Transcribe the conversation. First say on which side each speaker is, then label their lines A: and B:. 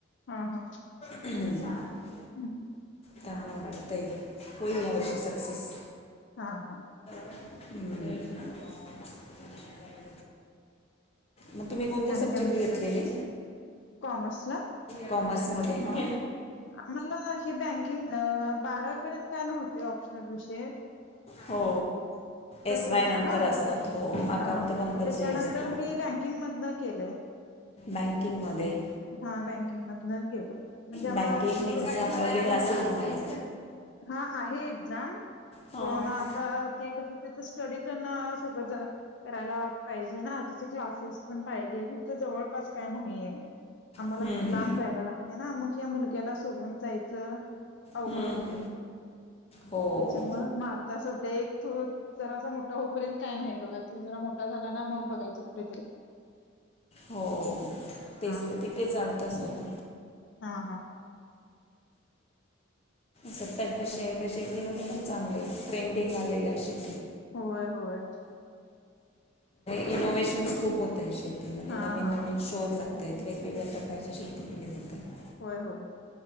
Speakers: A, on the left; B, on the left.
A: हा हा.
B: ह <unintelligible>
A: हम.
B: त्यामुळेला वाटतय. होईल ह्या वर्षी सक्सेस.
A: हा हा.
B: हम्म. मग तुम्ही कोणते
A: आणि
B: सब्जेक्ट
A: काय म्हण
B: घेतलेले?
A: कॉमर्सला
B: कॉमर्समध्ये हा.
A: आम्हाला हे बँकिंग बारा पर्यंत काय नव्हते. ऑप्शनल विषयी.
B: हो एस. वाय.
A: होता
B: नंतर
A: ना
B: असतात. हो अकाउंट
A: हा
B: कंपल्सरी
A: मग त्याच्यानंतर
B: असतं.
A: मी बँकिंग मधन केलय.
B: बँकिंगमध्ये.
A: हा बँकिंगमधन केलं, म्हणजे आम्हाला
B: बँकिंग
A: ऑप्शनल
B: एक्झाम
A: होते ना.
B: वगैरे असेल तुम्हाला
A: हा आहे एक्झाम,
B: हां
A: पण आता ते कसं त्याच स्टडी तर सगळं करायला पाहिजे ना, त्याचे क्लासेस पण पण पाहिजे. हित जवळ पास काही नाहीं आहे. आम्हला
B: हम्म,
A: लांब जायला लागत ना. मग हे मुलग्याला सोडून जायचं अवघड
B: हम्म.
A: होतय.
B: हो
A: त्याच्यामुळं मग आता सध्या एक तो जरा अस मोठा होऊपर्यंत काय नाही बघा, तो जरा मोठा झाला ना मग बघायच कुठेतरी.
B: हो तेच
A: हा
B: तर तिथे आढत सर्व.
A: हा हा.
B: सत्तर टक्के शेतीमध्ये पण चांगले आहे, ट्रेंडिंग आलेलं आहे शेती.
A: होय-होय.
B: इनोव्हेशनस खूप होतय शेतीमध्ये.
A: हा
B: नवीन-नवीन
A: हा
B: शोध लागतात. काहीतरी वेगवेगळ्या प्रकारचे शेती केले जात आहेत.
A: होय-होय.